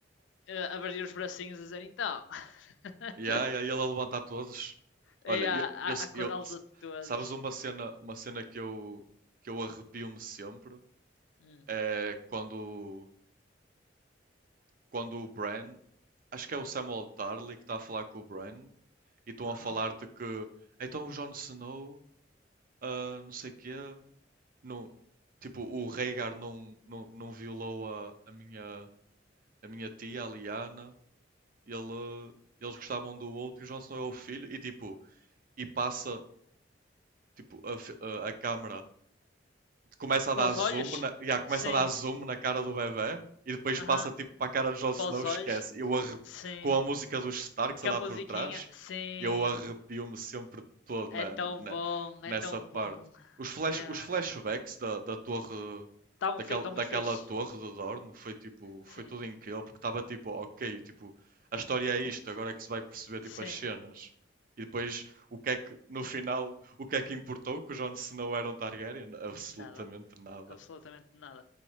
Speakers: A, on the left; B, on the right.
A: eh, a abrir os bracinhos a dizer então. <laughs>
B: E aí, aí ele a levantar todos. Olha,
A: e a,
B: eu,
A: a,
B: eu,
A: a acordá-los
B: eu
A: a todos.
B: sabes uma cena, uma cena que eu, que eu arrepio-me sempre
A: Hum,
B: é quando, quando o Bran, acho que é o Samuel Tarly que está a falar com o Bran e estão
A: aham.
B: a falar de que então o Jon Snow, ah, não sei quê, não, tipo, o Rhaegar não, não, não violou a, a minha a minha tia, a Liana, ele, eles gostavam do outro e o Jon Snow é o filho, e tipo, e passa tipo, a, a, a câmera começa a
A: Para
B: dar
A: os
B: zoom
A: olhos?
B: na, yeah, começa
A: Sim.
B: a dar zoom na cara do bebê e depois
A: Aham.
B: passa tipo para a cara do Jon Snow,
A: Para os
B: esquece.
A: olhos?
B: Eu arrep...
A: Sim.
B: com a música dos Starks
A: Que
B: a dar
A: a musiquinha?
B: por trás,
A: Sim.
B: eu arrepio-me sempre todo
A: É
B: na,
A: tão
B: na,
A: bom,
B: nessa
A: é tão
B: parte.
A: bom.
B: Os, flash,
A: Yeah.
B: os flashbacks da, da torre
A: Estavam
B: daquela,
A: fe... tão muito
B: daquela
A: fixe.
B: torre do Dorne foi tipo, foi
A: Sim.
B: tudo incrível porque estava tipo, ok, tipo, a história é isto,
A: O que-
B: agora é que se vai perceber tipo
A: Sim.
B: as cenas. E depois o que é que no final o que é que importou que o Jon Snow era um Targaryen? Absolutamente
A: Nada.
B: nada.
A: absolutamente nada.